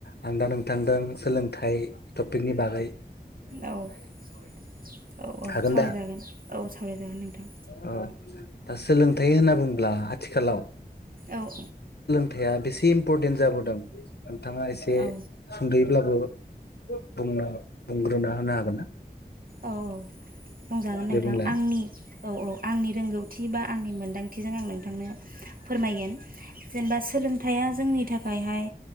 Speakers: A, on the left; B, on the right.
A: आं दा नोंथ नोंथांदों सोलोंथाइ टपिकनि बाग
B: औ औ औ
A: हागोन
B: सावरायजागोन
A: दा
B: औ सावरायजागोन नोंथां
A: अ दा सोलोंथाइ होनना बुङोब्ला आथिखालाव
B: औ औ।
A: थाइया बेसे इमपर्टेन्ट जाबोदों। नोंथाङा एसे
B: औ
A: ब्लाबो बुंनो बुंग्रोना होनो हागोन ना
B: औ औ बुंजागोन
A: दे
B: नोंथां
A: बुंलाय
B: आंनि औ औ आंनि रोंगौथि बा आंनि मोनदांथिजों आं नोंथांनो फोरमायगोन जेनेबा सोलोंथाइया जोंनि थाखायहाय